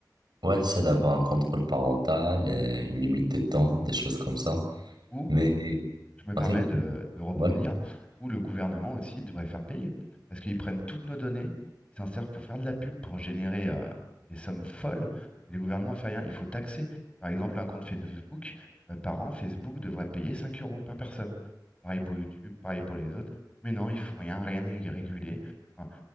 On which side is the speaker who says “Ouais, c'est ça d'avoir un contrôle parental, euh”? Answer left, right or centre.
Right